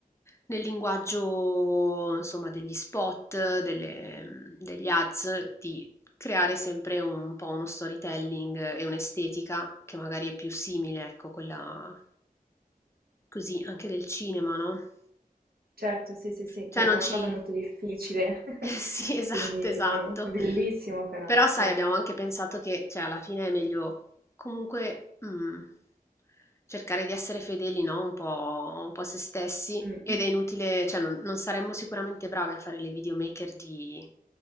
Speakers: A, on the left; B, on the right.
A: nel linguaggio, insomma, degli spot, delle- degli ads, di creare sempre un po' uno storytelling e un'estetica che magari è più simile, ecco, quella così anche del cinema, no?
B: certo, sì, sì, sì,
A: Cioè
B: che è
A: non
B: una
A: ci
B: cosa molto difficile, <laughs>
A: eh sì, <laughs> esatto,
B: quindi
A: esatto.
B: bellissimo però,
A: Però sai,
B: certo.
A: abbiamo anche pensato che, cioè, alla fine è meglio comunque mm, cercare di essere fedeli, no? Un po', un po' a se stessi.
B: Mm.
A: Ed è inutile, cioè, non, non saremmo sicuramente bravi a fare le videomaker di